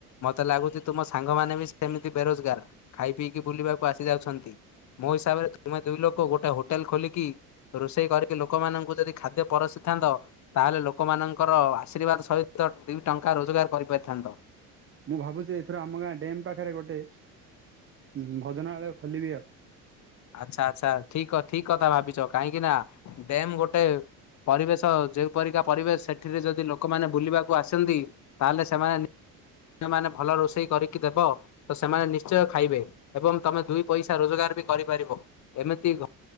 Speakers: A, on the left (about 40°); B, on the right (about 30°).
A: ମତେ ଲାଗୁଛି ତୁମ ସାଙ୍ଗ ମାନେ ବି ସେମିତି ବେରୋଜଗାର, ଖାଇ ପିଇକି ବୁଲିବାକୁ ଆସି ଯାଉଛନ୍ତି। ମୋ ହିସାବରେ ତୁମେ ଦୁଇ ଲୋକ ଗୋଟେ ହୋଟେଲ ଖୋଲିକି ରୋଷେଇ କରିକି ଲୋକମାନଙ୍କୁ ଯଦି ଖାଦ୍ୟ ପରସିିଥାନ୍ତ ତାହେଲେ ଲୋକମାନଙ୍କର ଆଶୀର୍ବାଦ ସହିତ ଦୁଇ ଟଙ୍କା ରୋଜଗାର କରିପାରିଥାନ୍ତତା। ନ୍ତ।
B: ମୁଁ ଭାବୁଛି ଏଥର ଆମ ଗାଁ ଡ୍ୟମ୍ ପାଖରେ ଗୋଟେ ହଁ ଭୋଜନାଳୟ ଖୋଲିବି ଆଉ।
A: ଆଚ୍ଛା ଆଚ୍ଛା, ଠିକ ଠିକ କଥା ଭାବିଛ କାହିଁକି ନା ଡ୍ୟାମ୍ ଗୋଟେ ପରିବେଶ, ଯେଉଁ ପରରିକା ପରିବେଶ ସେଠିରେ ଯଦି ଲୋକମାନେ ବୁଲିବାକୁ ଆସନ୍ତି ତାହେଲେ ସେମାନେ ସେମାନେ ଭଲ ରୋଷେଇ କରିକି ଦେବ ତ ସେମାନେ ନିଶ୍ଚୟ ଖାଇବେ ଏବଂ ତମେ ଦୁଇ ପଇସା ରୋଜଗାର ବି କରିପାରିବ ଏମିତି ଘ